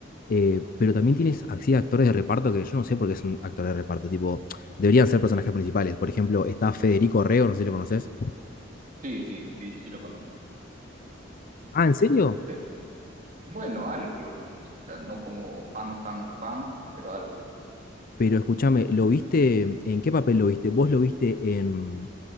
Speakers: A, on the left; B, on the right.
A: eh, pero también tienes así actores de reparto que yo no sé por qué son actores de reparto, tipo, deberían ser personajes principales. Por ejemplo, está Federico Rego, no sé si lo conoces.
B: Sí, sí, sí, sí lo conozco.
A: Ah, ¿en serio?
B: Pero bueno, algo lo conozco. O sea, no como fan, fan, fan, pero algo.
A: Pero escúchame, ¿lo viste? ¿En qué papel lo viste? ¿Vos lo viste en,